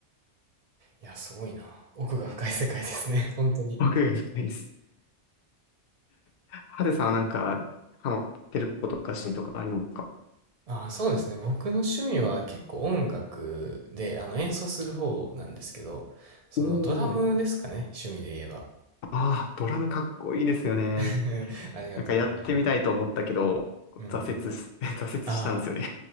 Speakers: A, on the right; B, on the left.
A: いや、すごいな。奥が深い世界ですね。<laughs> 本当に。
B: 僕が深いです。ハデさんはなんかハマってることとか趣味とかありますか
A: あ、そうですね。僕の趣味は結構音楽で、あの、演奏する方なんですけど、そのドラムですかね。
B: おおー。
A: 趣味で言えば。
B: ああ、ドラムかっこいいですよね。
A: <laughs> ありがとうございます。
B: なんかやってみたいと思ったけど、
A: うん。
B: 挫折す、<laughs> 挫折したんですよね。
A: ああ。